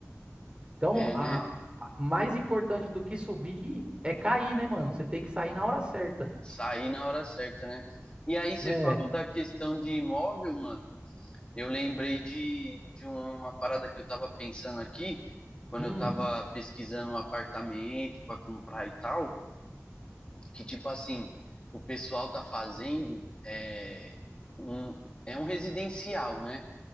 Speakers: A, on the right; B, on the left.
A: Então,
B: É, né?
A: a, a- mais importante do que subir é cair, né, mano? Você tem que sair na hora certa.
B: Sair na hora certa, né? E aí você
A: É.
B: falou da questão de imóvel, mano. Eu lembrei de, de uma parada que eu tava pensando aqui, quando
A: Hum,
B: eu tava pesquisando um apartamento para comprar e tal, que tipo assim, o pessoal tá fazendo é, um, é um residencial, né?